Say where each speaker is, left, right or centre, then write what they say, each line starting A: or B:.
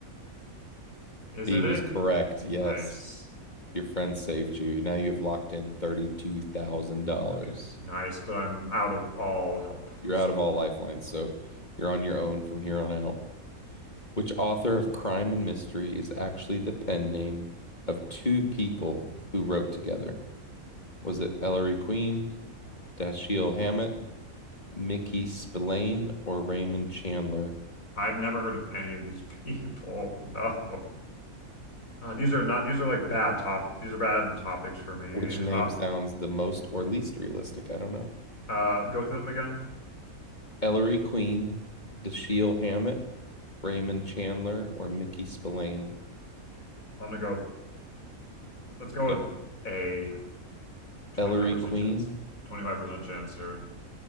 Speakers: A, on the left; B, on the left.
A: <laughs> Is
B: He
A: it
B: was
A: A?
B: correct. Yes.
A: Nice.
B: Your friend saved you. Now you've locked in $32,000.
A: Okay, nice, but I'm out of all help,
B: You're
A: so
B: out of all lifelines, so you're on your own from here on out. Which author of Crime and Mystery is actually the pen name of two people who wrote together? Was it Ellery Queen, Dashiell Hammett, Mickey Spillane, or Raymond Chandler?
A: I've never heard of any of these <laughs> people. No. Uh, these are not, these are like bad top, these are bad topics for me.
B: Which name
A: Uh,
B: sounds the most or least realistic? I don't know.
A: uh, go through them again.
B: Ellery Queen, Dashiell Hammett, Raymond Chandler, or Mickey Spillane?
A: I'm gonna go, let's go
B: Yeah.
A: with a 25%
B: Ellery Queen?
A: chance. 25% chance here.